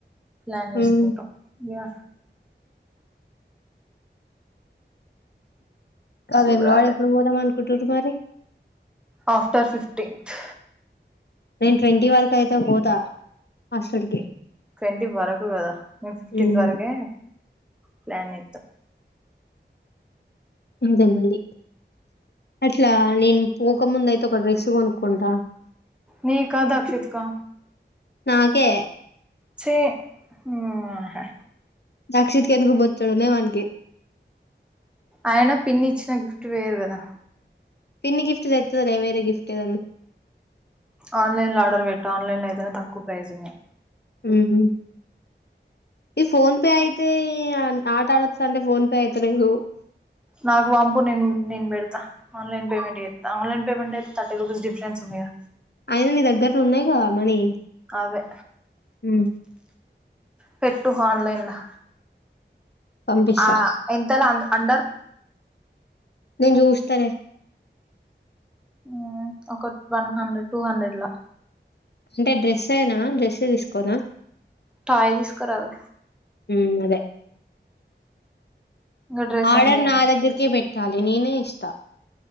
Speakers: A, in the centre; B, on the left (about 60°).
A: ప్లాన్ చేసుకుంటాం
B: హ్మ్
A: యా
B: ఆ
A: చూడాలే
B: వేములవాడ ఎప్పుడు పోదాం అనుకుంటురు మరి
A: ఆఫ్టర్ ఫిఫ్టీన్త్త్
B: నేను ట్వంటీ వర్క్ అయితే పోతా హాస్టల్ కి
A: ట్వంటీ వరకు గాదా మేము ఫిఫ్టీన్త్
B: ఉమ్,
A: వరకే ప్లాన్ చేస్తాం
B: నాకు తెల్వది అట్లా నేను పోక ముందయితే ఒక డ్రెస్ కొనుక్కుంటా
A: నీకా దక్షిత్ కా
B: నాకే
A: చే ఆహా
B: దక్షిత్ కేందుకు బొచ్చడు ఉన్నయ్ వానికి
A: ఐయన పిన్ని ఇచ్చిన గిఫ్ట్ వేరు గాదా
B: పిన్ని గిఫ్ట్ తేతదిలే వేరే గిఫ్ట్ ఏదన్న
A: ఆన్లైన్ లో ఆర్డర్ పెట్టు ఆన్లైన్ లో ఏదైనా తక్కువ ప్రైజ్ ఉన్నాయి
B: ఉహు ఈ ఫోన్ పే అయితే ఆట ఆడొచ్చా అంటె ఈ ఫోన్ పే అయితలేదు.
A: నాకు పంపు నేన్ నేన్ బెడతా ఆన్లైన్ పేమెంట్ చేత్త ఆన్లైన్ పేమెంటైతే థటీ రూపీస్ డిఫరెన్స్ ఉందిగా
B: అయన నీ దగ్గర ఉన్నాయి గా మనీ
A: అవ్వే
B: ఉమ్
A: పెట్టు ఆన్లైన్లా
B: పంపిస్తా
A: ఆ ఎంతలా అంద్ అందర్
B: నేన్ చూస్తలే
A: ఆ ఒక వన్ హండ్రెడ్ టూ హండ్రెడ్ లా
B: అంటే డ్రెస్ ఏనా డ్రెస్సె తీసుకోనా
A: టాయ్ తీసుకరాదు
B: ఉమ్ అదే
A: ఇంకా డ్రెస్
B: ఆర్డర్
A: ఎందుకే
B: నా దగ్గరకే పెట్ ట్టాలి నేనె ఇస్త